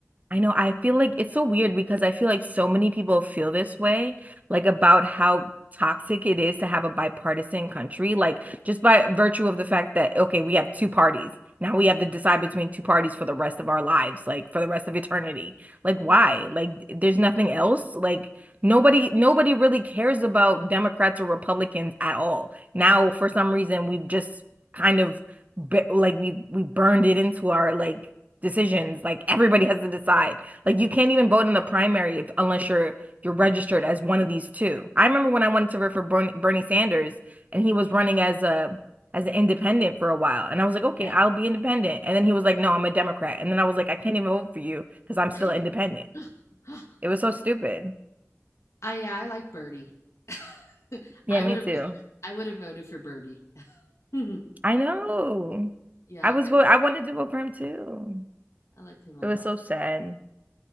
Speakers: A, on the right; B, on the left.
A: I know. I feel like it's so weird because I feel like so many people feel this way, like about how toxic it is to have a bipartisan country, like just by virtue of the fact that, okay, we have two parties. Now we have to decide between two parties for the rest of our lives, like for the rest of eternity. Like why?
B: Yeah.
A: Like there's nothing else. Like nobody nobody really cares about Democrats or Republicans at all. Now for some reason we've just kind of bu- like we we burned it into our like decisions. Like everybody has to decide. Like you can't even vote in the primary if, unless you're you're registered as one of these two. I remember when I wanted to vote for Bernie, Bernie Sanders and he was running as a as an independent for a while. And I was like, okay,
B: Yeah.
A: I'll be independent. And then he was like, no, I'm a Democrat. And then I was like, I can't even vote for you because I'm still
B: <laughs>
A: independent. It was so stupid.
B: I yeah, I like Birdie. <laughs>
A: Yeah,
B: I
A: me
B: would
A: too.
B: have I would have voted for Birdie. <laughs> yeah,
A: I know.
B: I
A: I was vote I wanted to vote for him too.
B: I liked him a
A: It
B: lot.
A: was so sad.